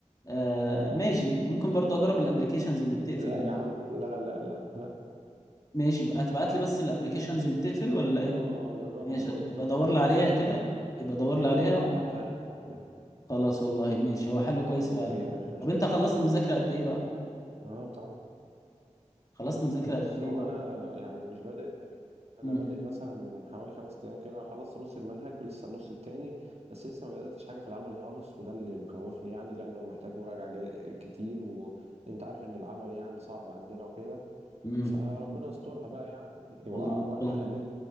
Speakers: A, on the left; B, on the right.
A: آه ماشي ممكن برضو اجرب الابلكيشنز اللي بتقفل
B: لا يا عم لا لا لا لا
A: ماشي بقى هتبعت لي بس الابلكيشنز اللي بتقفل ولا ايه
B: اه اه جربها
A: ماشي
B: هت... هت...
A: ابقى ادور
B: هتفرق
A: لي عليها
B: معاك
A: كده
B: جامد
A: يبقى ادور لي عليها
B: اه
A: و-
B: اه هبعتها لك هبعتها لك
A: خلاص والله ماشي هو حل كويس
B: اوكي
A: فعلا
B: مفيش مشكلة
A: طب انت خلصت مذاكرة قد ايه بقى
B: اه طبعا
A: خلصت مذاكرة
B: بص
A: قد ايه
B: هو
A: بقى
B: انا يعني مش بادئ انا
A: امم
B: بادئ مثلا من حوالي خمس ايام كده انا خلصت نص المنهج ولسه النص التاني بس لسه ما بداتش حاجه في العمل خالص وده اللي مخوفني يعني لانه محتاج مراجعه جا- كتير وانت عارف ان العمل يعني صعب عندنا وكده
A: امم
B: فربنا يسترها بقى يعني وأ-
A: والله
B: والحق
A: والله-
B: الم